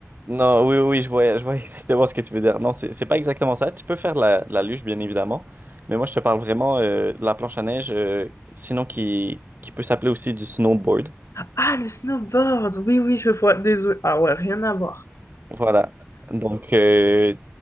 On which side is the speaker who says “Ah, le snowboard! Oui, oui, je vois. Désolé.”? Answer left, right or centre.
Left